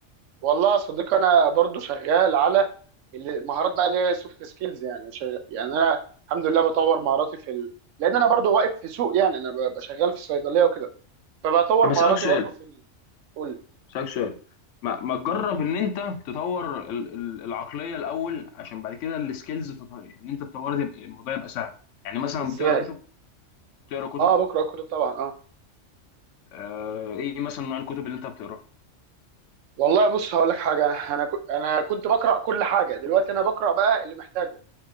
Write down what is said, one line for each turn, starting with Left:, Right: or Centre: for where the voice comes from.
Right: والله يا صديقي انا برضو شغال على ال- مهارات بقى اللي هي سوفت سكيلز يعني شغ... يعني انا الحمد لله بطور مهاراتي في ال... لان انا برضو واقف في سوق يعني انا ببقى شغال في الصيدليه وكده فبطور
Left: طب
Right: مهاراتي
Left: اسالك سؤال
Right: برضو في ال... قول لي
Left: اسالك سؤال ما ما تجرب ان انت تطور ال- ال- العقلية الاول عشان بعد كده السكيلز تطور يعني انت تطور تبقى- الموضوع يبقى سهل يعني مثلا
Right: ازاي
Left: بتقرا كتب بتقرا كتب
Right: اه بقرا كتب طبعا اه
Left: آه ايه مثلا نوع الكتب اللي انت بتقراها
Right: والله بص هقول لك حاجه انا ك... انا كنت بقرا كل حاجه دلوقتي انا بقرا بقى اللي محتاجه